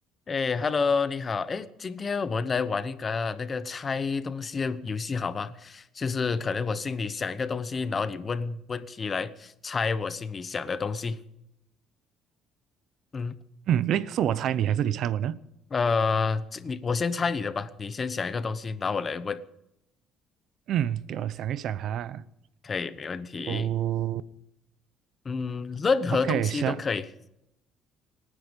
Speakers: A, on the left; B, on the right.
A: 哎，Hello，你好。哎，今天我们来玩一个那个猜东西的游戏，好吗？就是可能我心里想一个东西，然后你问问题来猜我心里想的东西。嗯，
B: 嗯，诶，是我猜你还是你猜我呢？
A: 呃，这你我先猜你的吧，你先想一个东西，然后我来问，
B: 嗯，给我想一想哈。
A: 可以，没问题。
B: 哦
A: 嗯，任何东西都可以。
B: ，OK，想，